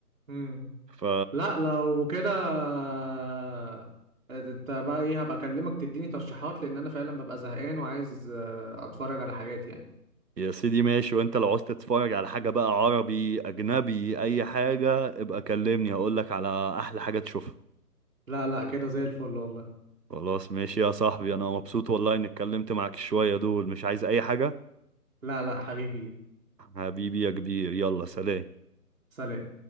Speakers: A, on the right; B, on the right.
A: امم
B: ف
A: لا لو كده آه، انت بقى ايه هبقى اكلمك تديني ترشيحات لان انا فعلا ببقى زهقان وعايز آه، اتفرج على حاجات يعني
B: يا سيدي ماشي وانت لو عاوز تتفرج على حاجه بقى عربي اجنبي اي حاجه ابقى كلمني هقول لك على احلى حاجه تشوفها
A: لا لا كده زي الفل والله
B: خلاص ماشي يا صاحبي انا مبسوط والله اني اتكلمت معاك شويه دول مش عايز اي حاجه
A: لا لا حبيبي
B: حبيبي يا كبير يلا سلام
A: سلام